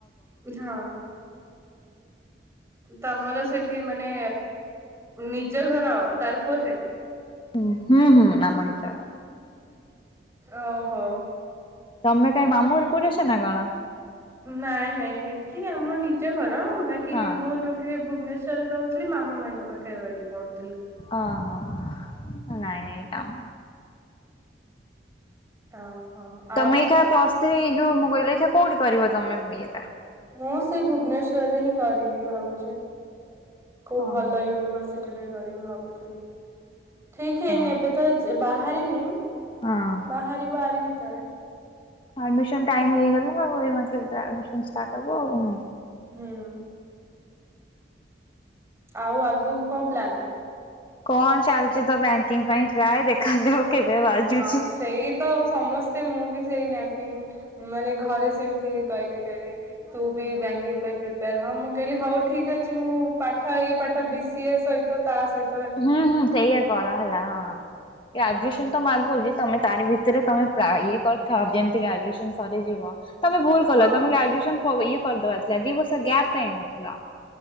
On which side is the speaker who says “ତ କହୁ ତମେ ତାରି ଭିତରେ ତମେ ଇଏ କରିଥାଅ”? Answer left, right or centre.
Left